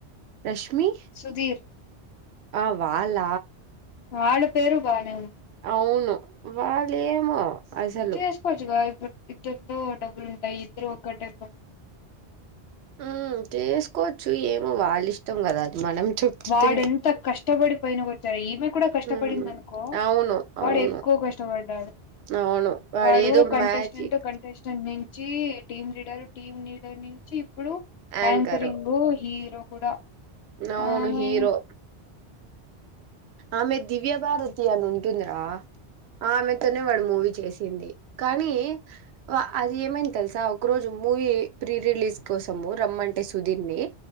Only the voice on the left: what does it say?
సుధీర్
వాళ్ళ పేరు బానే ఉంటుంది
చేసుకోవచ్చుగా ఇప్పుడు ఇద్దరుతో డబ్బులు ఉంటాయి ఇద్దరు ఒక్కటే <inaudible>
వాడెంత కష్టపడి పైన వచ్చాడో ఈమె కూడా కష్టపడింది
అనుకో వా
వాడు
ఎక్కువ కష్టపడ్డాడు
వాడు కంటెస్టెంట్
కంటెస్టెంట్ నుంచి టీమ్ లీడర్ టీమ్ లీడర్ నుంచి ఇప్పుడు
యాంకరింగ్ హీరో కూడా
ఆమె